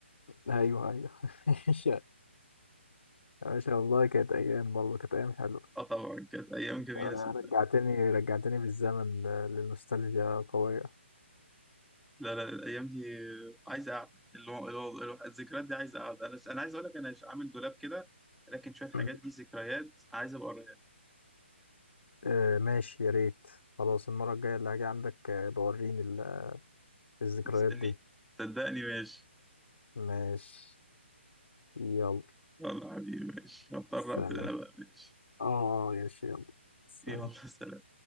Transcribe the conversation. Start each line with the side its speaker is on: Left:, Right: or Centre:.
Left: ايوه ايوه <laughs> يا باشا والله كانت ايام برضه كانت ايام حلوة
Centre: اه طبعا كانت ايام جميله
Left: آه،
Centre: صدق
Left: رجعتني رجعتني بالزمن ل- للنوستالجيا قوية
Centre: لا لا الايام دي عايزه قعده اللي هو اللي هو- اللي هو- الذكريات دي عايزه قعده انا انا عايز اقول لك انا عامل دولاب كده لكن شويه حاجات
Left: مم.
Centre: دي ذكريات عايز ابقى اوريها لك
Left: آه ماشي يا ريت خلاص المرة الجاية اللي هاجي عندك آه، بوريني ال- الذكريات
Centre: مستنيك
Left: دي
Centre: صدقني ماشي
Left: ماشي يلا
Centre: يلا حبيبي ماشي هضطر
Left: سلام
Centre: اقفل انا بقى ماشي
Left: اه آه، يا شيخ يلا سلام
Centre: يلا سلام